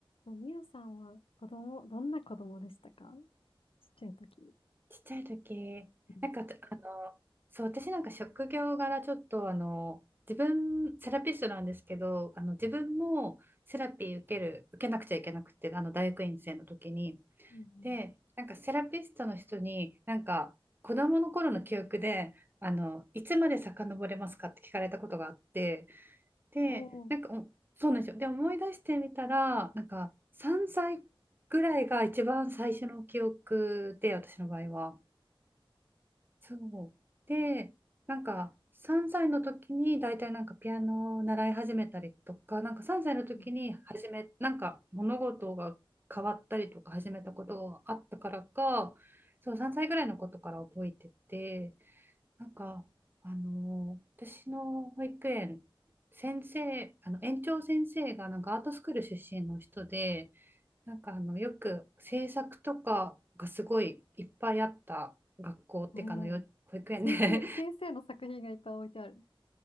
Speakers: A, on the left (about 75°); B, on the right (about 20°).
A: そうみゆさんは子供、どんな子供でしたかちっちゃい時。
B: ちっちゃい時、
A: うん。
B: なんかあの、そう、私なんか職業柄ちょっとあの、自分、セラピストなんですけど、あの、自分もセラピー受ける、受けなくちゃいけなくて、あの、大学院生の時に。
A: うんう
B: で、なんかセラピストの人に、なんか子供の頃の記憶で、あの、いつまで遡れますかって聞かれたことがあって、で、
A: ん。おー、
B: なんかおそうなんですよ。で、思い出してみたら、なんか3歳ぐらいが一番最初の記憶で、私の場合は。そうでなんか3歳の時に大体なんかピアノを習い始めたりとかなんか3歳の時に始めなんか物事が変わったりとか始めたことがあったからか
A: うん
B: そう3歳ぐらいのことから覚えててなんかあのー私の保育園先生あの園長先生がなんかアートスクール出身の人でなんかあのよく制作とかがすごいいっぱいあった学校ってかのよ保育園で
A: おー。先生、先生の作品がいっぱい置いてある。